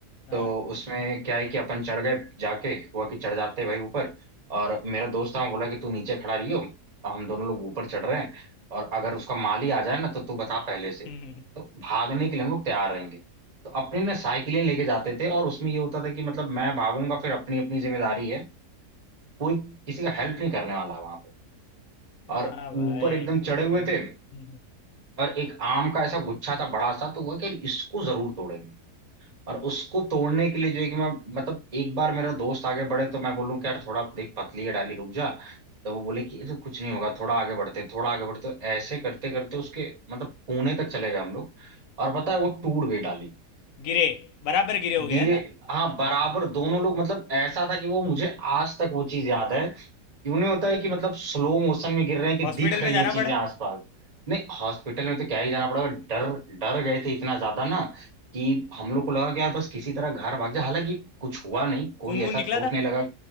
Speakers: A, on the left; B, on the right.
A: हाँ
B: तो उसमें क्या है कि अपन चढ़ गए जाके हुआ कि चढ़ जाते भाई ऊपर और मेरा दोस्त था वो बोला कि तू नीचे खड़ा रहियो और हम दोनों लोग ऊपर चढ़ रहे हैं और अगर उसका माली आ जाए ना तो तू बता पहले से
A: <laughs>
B: तो भागने के लिए हम लोग तैयार रहेंगे तो अपनी ना साइकिलें लेके जाते थे और उसमें ये होता था कि मतलब मैं भागूंगा फिर अपनी अपनी जिम्मेदारी है कोई किसी का हेल्प नहीं करने वाला वहां पे
A: हाँ
B: और ऊपर
A: भाई
B: एकदम
A: तो
B: चढ़े हुए थे
A: <laughs>
B: और एक आम का ऐसा गुच्छा था बड़ा सा तो हुआ कि इसको जरूर तोड़ेंगे और उसको तोड़ने के लिए जो है कि मैं मतलब एक बार मेरा दोस्त आगे बढ़े तो मैं बोलूँ कि यार थोड़ा देख पतली है डाली रुक जा तो वो बोले कि ये तो कुछ नहीं होगा थोड़ा आगे बढ़ते हैं थोड़ा आगे बढ़ते हैं। तो ऐसे करते करते उसके मतलब पुणे तक चले गए हम लोग और पता है वो टूट गई डाली
A: गिरे बराबर गिरे हो गया
B: गिरे
A: है ना
B: हाँ बराबर दोनों लोग मतलब ऐसा था कि वो मुझे आज तक वो चीज याद है कि उन्हें होता है कि मतलब स्लो मोशन में गिर रहे हैं कि
A: हॉस्पिटल
B: दिख रही
A: में जाना
B: हैं चीजें
A: पड़ा
B: आसपास नहीं हॉस्पिटल में तो क्या ही जाना पड़ेगा डर डर गए थे इतना ज्यादा ना कि हम लोग को लगा कि यार बस किसी तरह घर भाग जा हालांकि कुछ हुआ नहीं कोई
A: खून वून
B: ऐसा
A: निकला
B: चोट
A: था
B: नहीं लगा